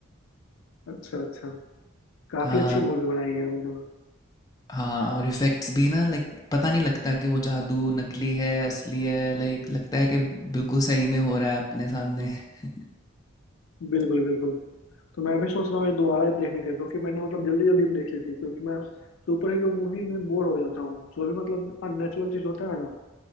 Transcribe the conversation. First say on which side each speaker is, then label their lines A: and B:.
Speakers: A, on the left; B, on the left.
A: अच्छा अच्छा काफी
B: आ,
A: अच्छी मूवी बनाई है उन्होंने
B: हाँ और इफ़ेक्ट्स भी ना लाइक पता नहीं लगता कि वो जादू नकली है असली है लाइक लगता है कि बिल्कुल सही में हो रहा है अपने सामने <laughs>
A: बिल्कुल बिल्कुल तो मैं भी सोच रहा हूँ ये दोबारा ही देखने का क्योंकि मैंने मतलब जल्दी जल्दी में देख ली थी क्योंकि मैं सुपर हीरो मूवी में बोर हो जाता हूँ जो भी मतलब अननेचुरल चीज होता है ना